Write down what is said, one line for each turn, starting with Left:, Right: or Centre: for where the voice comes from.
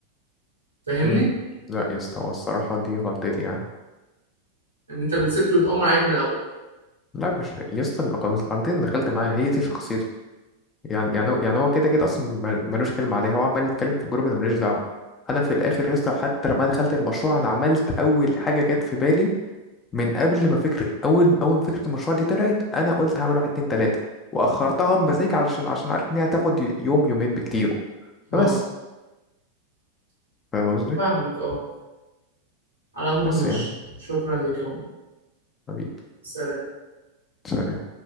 Right: فاهمني
Left: امم لا يا اسطى هو الصراحة دي غلطتي يعني
Right: ان انت بتسبته يتأمر عليك من الاول
Left: لا مش يا اسطى الغلط- الغلطتين اللي دخلت معاها هي دي شخصيته يعني يعني هو- يعني هو كده كده اصلا مل- ملوش كلمه عليها هو عمال يتكلم في الجروب انا ماليش دعوه انا في الاخر يا اسطى حتى لما دخلت المشروع انا عملت اول حاجه جت في بالي من قبل ما فكره اول اول ما فكره المشروع دي طلعت انا قلت هعمل واحد اتنين تلاته واخرتها بمزاج علشان عشان عارف ان هي هتاخد يوم يومين بكتير فبس
Right: اه
Left: فاهم قصدي
Right: فاهمك اه على العموم
Left: بس
Right: ماشي
Left: يعني
Right: شكرا ليك يا عمر
Left: حبيبي
Right: سلام
Left: سلام